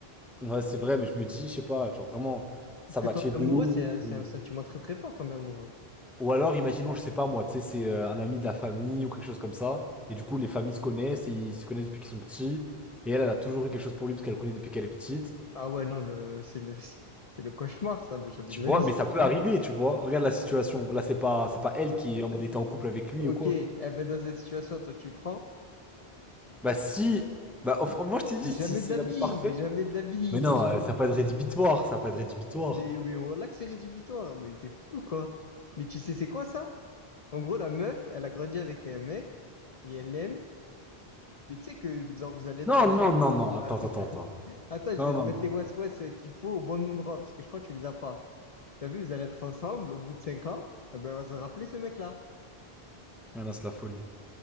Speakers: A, in the centre; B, on the left.
A: Ouais, c'est vrai, mais je me dis, je sais pas, genre vraiment,
B: Parce
A: ça
B: que
A: matchait
B: tomber
A: de
B: amoureux,
A: ouf.
B: c'est un, c'est
A: Ou...
B: un sentiment très très fort, tomber amoureux.
A: ou alors, imaginons, je sais pas moi, tu sais, c'est euh, un ami de la famille ou quelque chose comme ça. Et du coup, les familles se connaissent, ils se connaissent depuis qu'ils sont petits. Et elle, elle a toujours eu quelque chose pour lui parce qu'elle le connaît depuis qu'elle est petite.
B: Ah ouais, non, le, c'est le, <laughs> c'est le cauchemar, ça, mais jamais
A: Tu
B: de la
A: vois,
B: vie.
A: mais ça peut arriver, tu vois. Regarde la situation. Là, c'est pas, c'est pas elle qui est en mode était en couple avec lui
B: Ok,
A: ou quoi.
B: eh ben dans cette situation, toi, tu prends.
A: Bah si, bah enfin, moi je t'ai dit
B: Mais Jamais
A: si c'est
B: de la
A: l'amour
B: vie,
A: parfait.
B: mais jamais de la vie,
A: Mais non,
B: <laughs> jamais.
A: euh, ça va pas être rédhibitoire, ça va pas être rédhibitoire.
B: Mais, mais voilà que c'est rédhibitoire, mais t'es fou, quoi. Mais tu sais, c'est quoi ça? En gros, la meuf, elle a grandi avec un mec, et elle l'aime, mais tu sais que genre, vous allez être
A: Non,
B: ensemble.
A: non, non, non.
B: Attends,
A: Attends,
B: <laughs>
A: attends, attends.
B: attends, je
A: Non,
B: vais te
A: non,
B: mettre
A: non.
B: les ouest-ouest qu'il faut au bon endroit, parce que je crois que tu les as pas. T'as vu, vous allez être ensemble au bout de cinq ans, eh ben, elle va se rappeler ce mec-là.
A: Ah là, c'est la folie.